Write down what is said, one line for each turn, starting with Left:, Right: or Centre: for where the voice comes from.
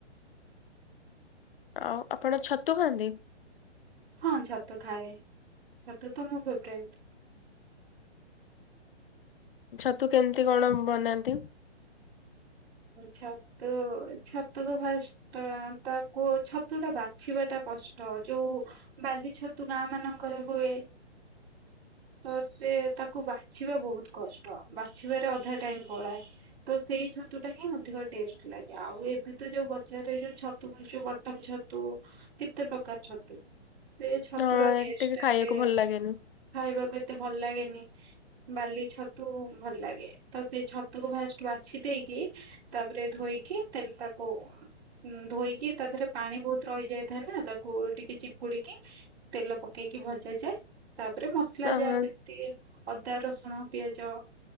Left: ଆଉ ଆପଣ ଛତୁ ଖାଆନ୍ତି?
Right: ହଁ ଛତୁ ଖାଏ, ଛତୁ ତ ମୋ ଫେବରାଇଟ।
Left: ଛତୁ କେମିତି କଣ ବନାନ୍ତି?
Right: ଛତୁ ଛତୁ ତ ଫାଷ୍ଟ ଆ ତାକୁ ଛତୁ ଟା ବାଛିବାଟା କଷ୍ଟ ଯୋଉ ବାଲି ଛତୁ ଗାଁ ମାନଙ୍କରେ ହୁଏ, ତ ସେ ତାକୁ ବାଛିବା ବହୁତ କଷ୍ଟ ବାଛିବାରେ ଅଧା ଟାଇମ ପଳାଏ। ତ ସେଇ ଛତୁ ଛତୁଟା ହିଁ ଅଧିକ ଟେଷ୍ଟ ଲାଗେ ଆଉ ଏବେ ତ ଯୋଉ ବଜାରରେ ଯୋଉ ଛତୁ ମିଳୁଛି ବଟମ ଛତୁ କେତେ ପ୍ରକାର ଛତୁ, ସେ ଛତୁର
Left: ହଁ
Right: ଟେଷ୍ଟ୍
Left: ଟିକେ
Right: ଏତେ
Left: ଖାଇବାକୁ ଭଲ ଲାଗେନି
Right: ଖାଇବାକୁ ଏତେ ଭଲ ଲାଗେନି ବାଲି ଛତୁ ଭଲ ଲାଗେ, ତ ସେ ଛତୁକୁ ଫାଷ୍ଟ ବାଛିଦେଇ ଦେଇକି ତାପରେ ଧୋଇକି ତେଲ ତାକୁ ଧୋଇକି ତା ଦେହରେ ପାଣି ବହୁତ ରହି ଯାଇଥାଏ ନା ତାକୁ ଟିକେ ଚିପୁଡିକି ତେଲ ପକେଇକି ଭଜା ଯାଏ ତାପରେ ମସଲା
Left: ହଁ।
Right: ଯାହା ଯେମିତି ଟିକେ ଅଦା, ରସୁଣ, ପିଆଜ,